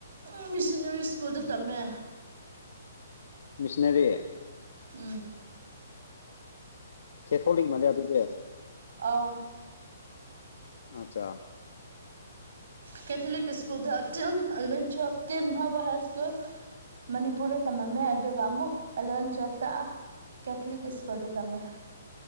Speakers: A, on the right; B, on the left.
A: ꯎꯝ ꯃꯤꯁꯟꯅꯔꯤ ꯁ꯭ꯀꯨꯜꯗ ꯇꯝꯃꯦ
B: ꯃꯤꯁꯟꯅꯔꯤ
A: ꯎꯝ
B: ꯀꯦꯊꯣꯂꯤꯛ ꯃꯥꯜꯂꯦ ꯑꯗꯨꯗꯤ
A: ꯑꯧ
B: ꯑꯆꯥ
A: ꯀꯦꯊꯂꯤꯛ ꯁ꯭ꯀꯨꯜꯗꯣ ꯇꯦꯜ ꯑꯦꯂꯚꯦꯟ ꯇꯨꯋꯦꯜꯐ ꯇꯦꯟ ꯐꯥꯎꯕ ꯍꯥꯏ ꯁꯀꯨꯜ ꯃꯅꯤꯄꯨꯔꯗ ꯇꯝꯃꯝꯃꯦ ꯑꯗꯨꯒ ꯑꯃꯨꯛ ꯑꯦꯂꯚꯦꯟ ꯇꯨꯋꯦꯜꯐꯇ ꯑ ꯀꯦꯊꯂꯤꯛ ꯁ꯭ꯀꯨꯜꯗ ꯇꯝꯃꯦ